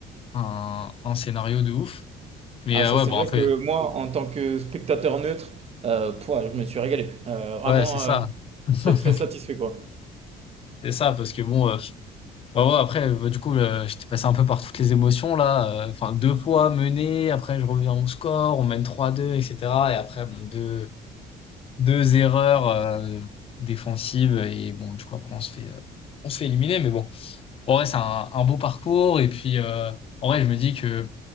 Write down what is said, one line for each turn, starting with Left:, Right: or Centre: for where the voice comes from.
Left: un, un scénario de ouf. Mais
Right: Ah,
Left: euh,
Right: ça,
Left: ouais,
Right: c'est
Left: bon,
Right: vrai
Left: un peu,
Right: que moi, en tant que spectateur neutre, euh, pouah, je me suis régalé. Euh, vraiment.
Left: ouais, c'est ça.
Right: euh,
Left: <laughs>
Right: Très, très satisfait, quoi.
Left: C'est ça, parce que bon, euh, bah ouais, après, bah, du coup, euh, j'étais passé un peu par toutes les émotions là. euh, Enfin, deux fois mené, après je reviens au score, on mène 3-2, etc. Et cetera. Et après, bon, deux, deux erreurs euh, défensives et bon, du coup après on se fait, euh, on se fait éliminer. Mais bon, en vrai, c'est un, un beau parcours. Et puis, euh, en vrai, je me dis que